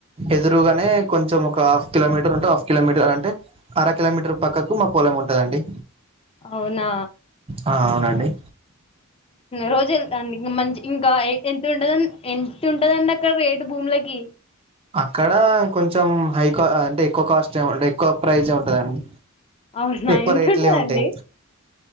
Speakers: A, on the right; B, on the left.
A: ఎదురుగానే కొంచెం ఒక హాఫ్ కిలోమీటర్ ఉంటే హాఫ్ కిలోమీటర్ అంటే అర కిలోమీటర్ పక్కకు మా పొలం ఉంటదండి
B: అవునా
A: ఆ అవునండి
B: రోజ్ మండి ఇం మంచి ఇంకా ఎంత ఉంటద ఎంత ఉంటదండి అక్కడ రేటు భూములకి
A: అక్కడ కొంచెం హై కా అంటే ఎక్కువ కాస్ట్ ఏంట ఎక్కువ ప్రైజే ఉంటదండి
B: అవునా?
A: ఎక్కువ
B: ఎంతుంటదండి?
A: రేట్లే ఉంటయి